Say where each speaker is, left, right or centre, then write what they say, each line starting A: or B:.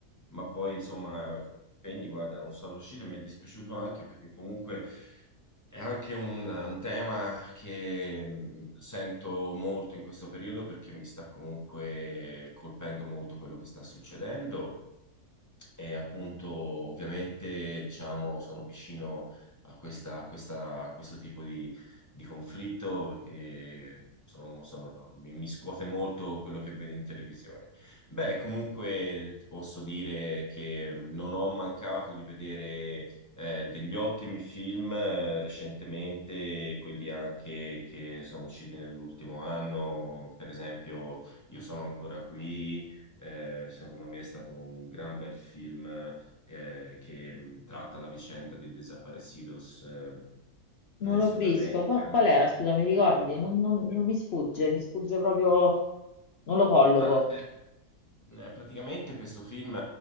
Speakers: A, on the left; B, on the left.
A: ma poi insomma con gli impegni, guarda, non sono riuscito e mi è dispiaciuto anche perché comunque è anche un, un tema che mh, sento molto in questo periodo perché mi sta comunque colpendo molto quello che sta succedendo. E appunto, ovviamente, diciamo, sono vicino a questa, a questa- a questo tipo di, di conflitto perché sono- sono- mi, mi scuote molto quello che vedo in televisione. Beh, comunque ti posso dire che non ho mancato di vedere eh, degli ottimi film eh, recentemente, quelli anche che sono usciti nell'ultimo anno, per esempio Io sono ancora qui eh, secondo me è stato un gran bel film eh, che mh, tratta la vicenda dei desaparecidos eh,
B: Non
A: nel
B: l'ho
A: Sud
B: visto.
A: America.
B: Qua- Qual, era? Scusa, mi ricordi? Non, non- non mi sfugge, mi sfugge proprio, non lo colloco.
A: Ma eh, Eh, Praticamente questo film